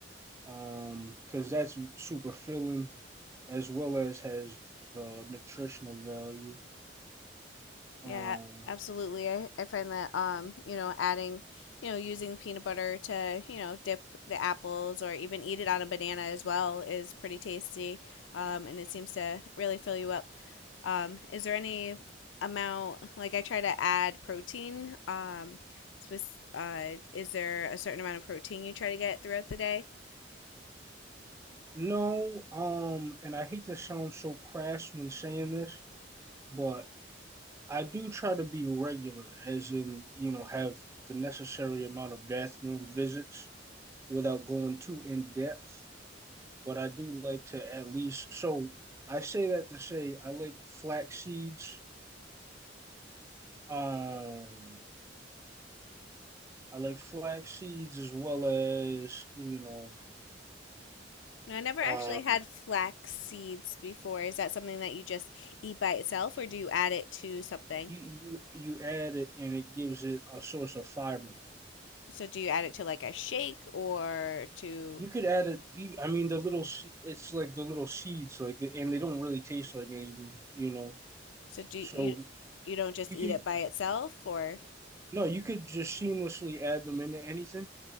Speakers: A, on the right; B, on the left.
A: Um, because that's super filling as well as has uh, nutritional value. Um,
B: Yeah, absolutely. I, I find that um, you know, adding, you know, using peanut butter to, you know, dip the apples or even eat it on a banana as well is pretty tasty. Um, and it seems to really fill you up. Um, is there any amount like I try to add protein? Um, spec- uh, is there a certain amount of protein you try to get throughout the day?
A: no, um, and I hate to sound so crass when saying this, but I do try to be regular, as in, you know, have the necessary amount of bathroom visits without going too in depth. But I do like to at least, so I say that to say I like flax seeds. Um, I like flax seeds as well as, you know,
B: No, I never actually
A: uh,
B: had flax seeds before. Is that something that you just eat by itself or do you add it to something?
A: you, you, you add it and it gives it a source of fiber.
B: So do you add it to like a shake or to
A: You could add it. I mean, the little. It's like the little seeds, like, and they don't really taste like anything, you know.
B: so do
A: So
B: you you don't just
A: You
B: eat
A: could
B: it by itself or
A: no, you could just seamlessly add them into anything.